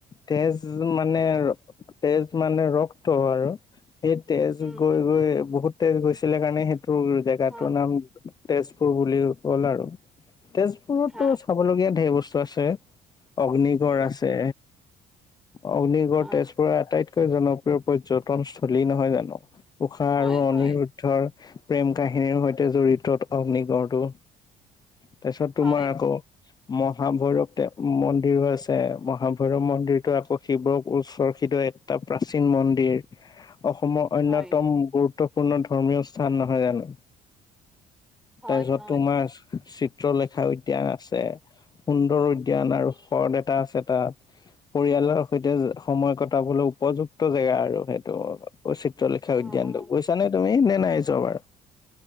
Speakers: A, on the left; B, in the centre.
A: তেজ মানে তেজ মানে ৰক্ত আৰু সেই তেজ
B: উম
A: গৈ গৈ বহুত তেজ গৈছিলে কাৰণে সেইটো জেগাটোৰ
B: হা
A: নাম। তেজপুৰ বুলি হ'ল আৰু তেজপুৰতো
B: হা
A: চাবলগীয়া ঢেৰ বস্তু আছে। অগ্নিগড়
B: উম
A: আছে, অগ্নিগড়
B: হা
A: তেজপুৰৰ আটাইত কৈ জনপ্ৰিয় পৰ্যটনস্থলী নহয় জানো, উষা
B: হয়
A: আৰু
B: হয়
A: অনিৰুদ্ধৰ প্ৰেম কাহিনীৰ সৈতে জড়িত অগ্নিগড়টো। তাৰপিছত তোমাৰ
B: হয়
A: আকৌ মহাভৈৰৱ মন্দিৰো আছে, মহাভৈৰৱ মন্দিৰ টো আকৌ শিৱ উৎসৰষিত এটা প্ৰাচীন মন্দিৰ। অসমৰ অন্যতম
B: হয়
A: গুৰুত্বপূৰ্ণ ধৰ্মীয় স্থান নহয় জানো।
B: হয়
A: তাৰপিছত
B: হয়
A: তোমাৰ চি চিত্ৰলেখা উদ্যান আছে, সুন্দৰ উদ্যান আৰু শৰদ এটা আছে তাত। পৰিয়ালৰ সৈতে সময় কটাবলৈ উপযুক্ত জেগা আৰু সেইটো। ঐ চিত্ৰলেখা
B: অ
A: উদ্যানটো,
B: অ
A: গৈছা নে তুমি নে নাই যোৱা বাৰু।